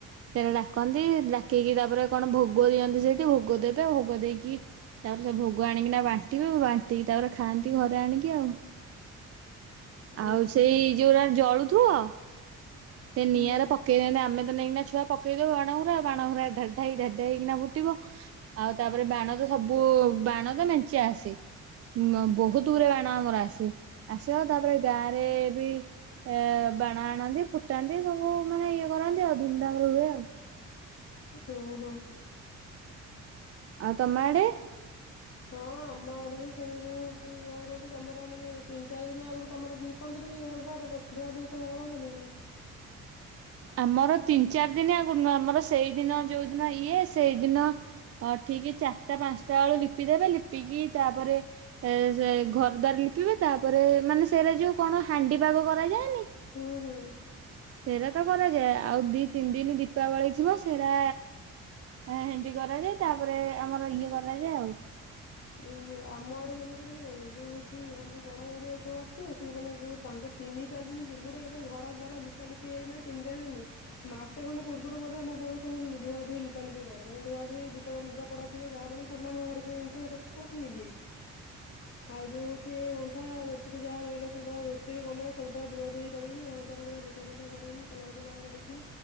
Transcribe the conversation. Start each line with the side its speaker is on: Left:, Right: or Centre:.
Right: ସେରା ଡାକନ୍ତି ଡାକିକି ତାପରେ କଣ ଭୋଗ ଦିଅନ୍ତି ସେଇଠି ଭୋଗ ଦେବେ ଭୋଗ ଦେଇକି ତାପରେ ସେ ଭୋଗ ଆଣିକି ନା ବାଣ୍ଟିବେ ବାଣ୍ଟିକି ତାପରେ ଖାଆନ୍ତି ଘରେ ଆଣିକି ଆଉ।
Left: ଉଁ
Right: ଆଉ ସେଇ
Left: ହୁଁ
Right: ଯୋଉାରା ଜଳୁଥିବ। ସେ ନିଆଁ
Left: ହୁଁ
Right: ରେ ପକେଇଦେନେ ଆମେ ତ ନେଇକି ଛୁଆ ପକେଇ ଦଉ ବାଣଗୁରା ଆଉ ବାଣଗୁରା ଢାଇ ଢାଇ ହେଇକିନା ଫୁଟିବ ଆଉ ତାପରେ ବାଣ ତ ସବୁ ବାଣ ତ ମେଞ୍ଚେ ଆସେ। ବହୁତ ଗୁରେ ବାଣ ଆମର ଆସେ ଆସିବ ତାପରେ ଗାଁରେ ବି ଏ ବାଣ ଆଣନ୍ତି ଫୁଟାନ୍ତି ସବୁ ମାନେ ଇଏ କରନ୍ତି ଆଉ ଧୁମଧାମ ରେ ହୁଏ ଆଉ।
Left: ଓହୋ।
Right: ଆଉ ତମ ଆଡେ?
Left: ହଁ ଆମ ଆଡେ ବି ସେଣେ ଯୋଉ ହଉଚି କଣ କହିଲ ତମର ମାନେ ତିନି ଚାରି ଦିନ ଆଗରୁ ତମର ଲି ପନ୍ତିନି କି ଘର ଦ୍ୱାର ଧୁଆ ଧୋଇ ସବୁ କରନ୍ତିନି କି?
Right: ଆମର ତିନି ଚାରି ଦିନ ଆଗରୁ ନୁହଁ ଆମର ସେଇଦିନ ଯଉଦିନ ଇଏ ସେଇଦିନ ହଁ ଠିକ ଚାରିଟା ପାଞ୍ଚଟା ବେଳୁ ଲିପି ଦେବେ ଲିପିକି ତାପରେ ଏ ସେ ଘର ଦ୍ୱାର ଲିପିବେ ତାପରେ ମାନେ ସେରା ଯୋଉ କଣ ହାଣ୍ଡି ପାଗ କରାଯାଏନି?
Left: ହୁଁ ହୁଁ।
Right: ସେରା ତ କରାଯାଏ ଆଉ ଦି ତିନି ଦିନ ଦୀପାବଳି ଥିବ ସେରା ହେରା ହାଣ୍ଡି କରାଯାଏ ତାପରେ ଆମର ଇଏ କରାଯାଏ ଆଉ।
Left: ହଁ ଆମ ଆଡେ କେମିତି କହିଲୁ ଦେଖେ ଯୋଉ ହଉଚି ଆମ ଯୋଉ ବଡ ଭଉଣୀ ଯୋଉ ଆସିବେ ସେଇମାନେ ଯୁ ତାଙ୍କ ତିନି ଚାରି ଦିନ ପୂର୍ବରୁ ଏକା ଥରେ ଘର ଦ୍ୱାରା ଲିପା ଲିପି ହେଇକି ମାନ ତିନି ଚାରି ଦିନି ମାସେ ଖଣ୍ଡେ ପୂର୍ବରୁ ବୋଧେ ମୋ ବୋଉ ସବୁ ଧୁଆ ଧୁଇ ଲିପାଲିପି କରେ ମାନେ ଧୁଆ ଧୁଇ ଯେତକ ଲୁଗାପଟା ଥିବ ଯାହା ମାନେ ପୁରୁଣା ଭଙ୍ଗାରୁଜା ଜିନିଷ ଏରା ତ ସବୁ ଫିଙ୍ଗିଦିଏ। ଆଉ ଯୋଉ ହଉଚି ଗନ୍ଥା ବେଡ଼ ସିଟ୍ ଯାହା ରହିଲା ସବୁତକ ବେଡସିଟ୍ କମଳ ଶବୁତକ ଧୁଆ ଧୋଇକରିକିନି ଘର ଦ୍ୱାର ପୁରା ଲି ବ୍ୟବସାୟ କରିକିନି କଲର ଫଲର କରିକିନି